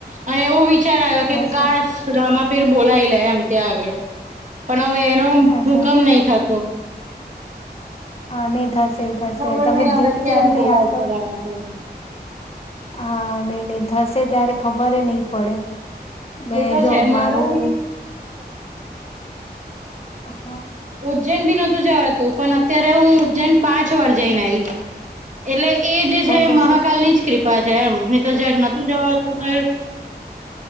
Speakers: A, on the right; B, on the left.
A: અને એવું વિચાર આવ્યો
B: અચ્છા
A: કે કાસ રમાપીર બોલાય લે એમ ત્યાં આગળ પણ હવે એનો
B: અચ્છા.
A: હુકમ નહી થતો
B: હા નહી થશે થશે
A: ખબર
B: તમે
A: નઈ હવે
B: દિલ
A: ક્યારે
B: થી એમને
A: બોલાવશે
B: યાદ કરો
A: રામાપીર
B: હા નઈ નઈ થશે ત્યારે ખબર નઈ પડે મે
A: એ તો
B: જો
A: છે
B: મારું
A: મારાથી
B: હા
A: ઉજ્જૈન ભી નોતું જવાતું પણ અત્યારે હું ઉજ્જૈન પાંચ વાર જઈને આઈ એટલે એ જે છે
B: તો પછી
A: મહાકાલ ની જ કૃપા છે એમ ની તો જ નોતું જવાતું
B: હા
A: તો